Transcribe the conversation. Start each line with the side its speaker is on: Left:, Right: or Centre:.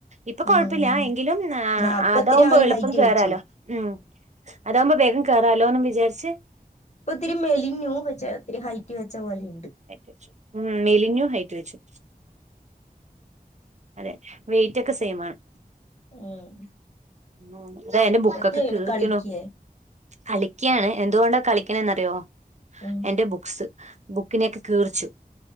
Right: ഇപ്പൊ കൊഴപ്പില്ലാ
Left: ഉം
Right: ങ്കിലും മ്മ്ഹ്
Left: ആ അപ്പ
Right: അതാവുമ്പള്പ്പം
Left: ഇത്തിരി അവന് ഹൈറ്റ്
Right: കേറാലോ
Left: വെച്ചു
Right: ഉം അതാവുമ്പോ വേഗം കേറാലോന്നും ബിചാര്ച്ച്
Left: പ്പത്തിരി മേലിഞ്ഞൂ പച്ചേ ത്തിരി ഹൈറ്റ് വെച്ചപോലി
Right: <unintelligible> ഉം മെലിഞ്ഞു ഹൈറ്റ് വച്ചു അതെ വെയ്റ്റൊക്കെ സെയ്‌മാണ്
Left: ഉം
Right: ന്തായാലും ബുക്കൊക്കെ
Left: ശ്രദ്ധയാണ്
Right: കീറിക്കുണു
Left: കളിക്കേ
Right: കളിക്കാണ് എന്തോണ്ടാ കളിക്കണെന്ന്റിയോ
Left: ഉം
Right: എന്റെ ബുക്സ് ബുക്കിനെക്കെ കീറിച്ചു